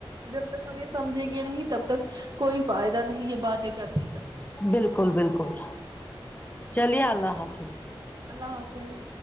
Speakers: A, on the right; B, on the left.
A: جب تک ہم یہ سمجھیں گے نہیں تب تک کوئی فائدہ نہیں ہے باتیں کرنے کا
B: بالکل بالکل چلیے اللہ حافظ
A: اللہ حافظ